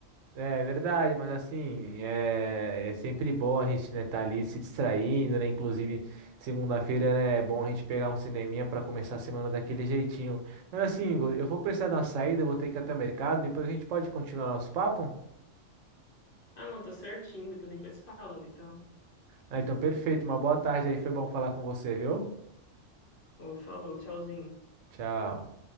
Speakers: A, on the right; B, on the left.
A: É verdade, mas assim, é, é sempre bom a gente, né, tá ali se distraindo, né? Inclusive, segunda-feira, né, é bom a gente pegar um cineminha para começar a semana daquele jeitinho. Mas assim, Igor, eu vou precisar dar uma saída, eu vou ter que ir até o mercado, depois a gente pode continuar nosso papo?
B: Ah, não, tá certinho. Depois a gente vai se falando, então.
A: Ah, então perfeito, uma boa tarde aí, foi bom falar com você, viu?
B: Ou falou, tchauzinho.
A: Tchau.